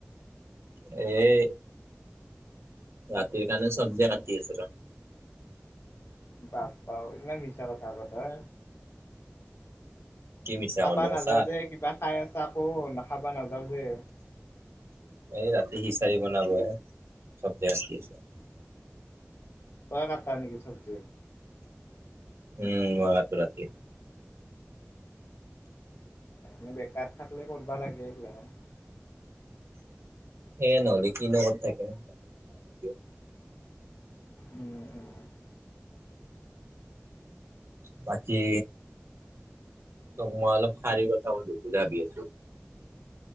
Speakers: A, on the right; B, on the left.
A: এই ৰাতি কাৰনে চব্জি কাটি আছোঁ, ৰহ।
B: বাপ্পা ঐ ইমান মিছা কথা ক তই।
A: কি মিছা
B: খাবা
A: কলো সঁচা
B: নাযাওঁ দে কিবা খাই আছা, কোন খাবা নাযাওঁ দে।
A: এই ৰাতি খিচাৰি বনালোঁ এ চবজি কাটি আছোঁ।
B: তই কাটা নেকি চবজি।
A: উম, মই কাটো ৰাতি।
B: মানে বেকাৰ থাকিলে কৰিবা লাগে এইবিলাকখন।
A: সেয়ে ন'হলি কিনো কৰি থাকিম <unintelligible>
B: উম, উম।
A: বাকী? তোক মই অলপ শাৰী কথা সুধোঁ বুজাবি।